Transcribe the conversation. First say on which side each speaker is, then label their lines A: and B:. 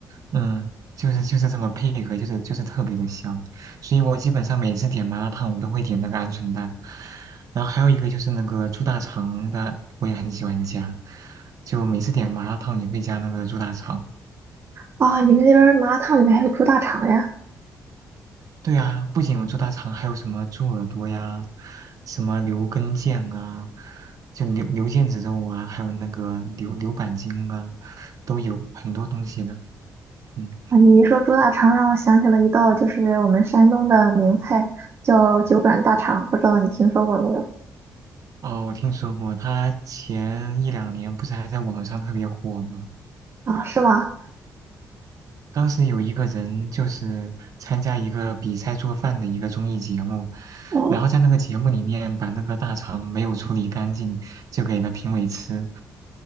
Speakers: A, on the right; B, on the right.
A: 嗯，就是就是这么配合，就是就是特别的香。所以我基本上每次点麻辣烫，我都会点那个鹌鹑蛋。然后还有一个就是那个猪大肠的，我也很喜欢加。就每次点麻辣烫也会加那个猪大肠。
B: 啊、你们那边儿麻辣烫里面还有猪大肠呀？
A: 对啊，不仅有猪大肠，还有什么猪耳朵呀，什么牛根腱啊，就牛牛腱子肉啊，还有那个牛牛板筋啊，都有很多东西的。嗯，
B: 啊，你一说猪大肠，让我想起了一道就是我们山东的名菜，叫九转大肠，不知道你听说过没有？
A: 哦，我听说过，他前一两年不是还在网上特别火吗？
B: 啊，是吗？
A: 当时有一个人就是参加一个比赛做饭的一个综艺节目，
B: 哦，
A: 然后在那个节目里面把那个大肠没有处理干净，就给了评委吃，